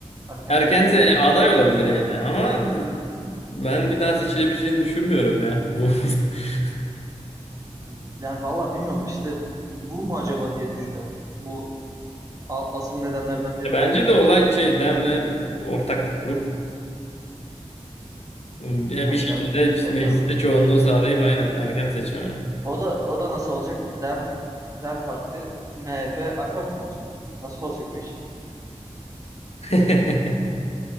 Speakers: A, on the right; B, on the left.
A: erken
B: Erken
A: seçimle
B: se- aday olabilir yani ama ben bir daha seçilebileceğini düşünmüyorum ya. Bu <laughs>
A: hani, yani vallahi bilmiyorum işte bu mu acaba diye düşünüyorum. Bu a- asıl nedenlerden biri
B: Bence
A: de
B: de olay şey Dem'le ortaklık kurup bir
A: tekrar
B: bir şekilde işte
A: tekrar
B: mecliste
A: bakıyorum.
B: çoğunluğu sağlayıp aynen erken seçime.
A: O da o da nasıl olacak ki DEM DEM Parti MHP AK Parti mi olacak? Nasıl olacak o iş?
B: <laughs>